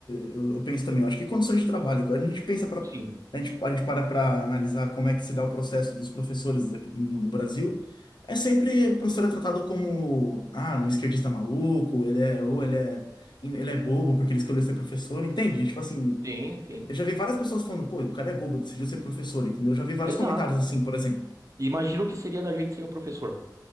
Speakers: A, on the left; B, on the right.
A: Eu, eu penso também. Eu acho que condições de trabalho. Quando A gente pensa para.
B: Sim.
A: A gente, a gente para para analisar como é que se dá o processo dos professores aqui no, no Brasil. É sempre o professor é tratado como. Ah, um esquerdista maluco, ele é.
B: Uhum.
A: Ou ele é. Ele é bobo porque ele escolheu ser professor, entende? Tipo assim.
B: Sim, sim.
A: Eu já vi várias pessoas falando, pô, o cara é bobo, decidiu ser professor, entendeu? Eu já vi vários
B: Exato.
A: comentários assim, por exemplo.
B: E Imagina o que seria da gente sem o professor.